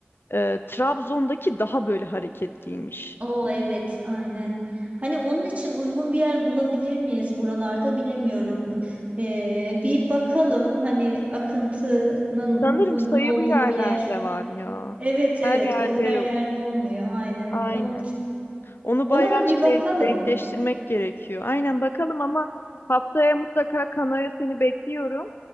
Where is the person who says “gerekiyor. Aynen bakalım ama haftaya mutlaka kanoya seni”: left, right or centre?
Left